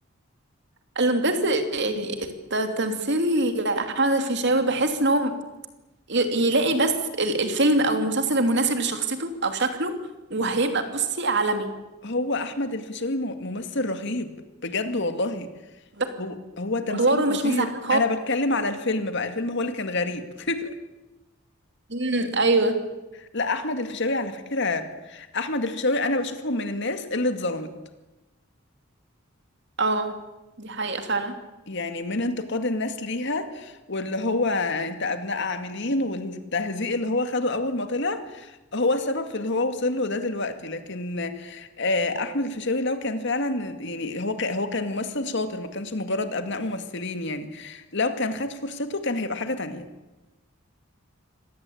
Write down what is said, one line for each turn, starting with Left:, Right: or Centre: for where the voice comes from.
Right: قالوا بجد يعني ت- تمثيل احمد الفيشاوي بحس ان هو ي- يلاقي بس ال- الفيلم او المسلسل المناسب لشخصيته او شكله وهيبقى بصي عالمي
Left: هو أحمد الفيشاوي مو- ممثل رهيب بجد والله
Right: بس
Left: هو هو تمثيله
Right: ادواره مش
Left: خطير
Right: مساعده خالص
Left: انا بتكلم على الفيلم بقى الفيلم هو اللي كان غريب <laughs>
Right: امم ايوه
Left: لا احمد الفيشاوي على فكرة احمد الفيشاوي انا بشوفهم من الناس اللي اتظلمت
Right: اه دي حقيقه فعلا
Left: يعني من انتقاد الناس ليها واللي هو انت ابناء عاملين والتهزيء اللي هو خده اول ما طلع هو السبب في اللي هو وصل له ده دلوقتي لكن آه، احمد الفيشاوي لو كان فعلا يعني هو ك- هو كان ممثل شاطر ما كانش مجرد ابناء ممثلين يعني لو كان خد فرصته كان هيبقى حاجة تانية